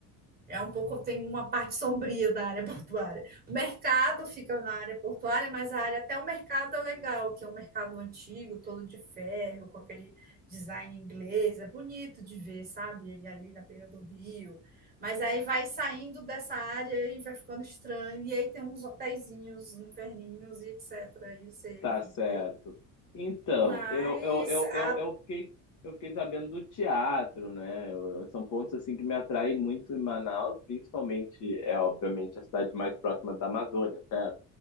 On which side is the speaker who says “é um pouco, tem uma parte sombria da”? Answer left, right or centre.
Right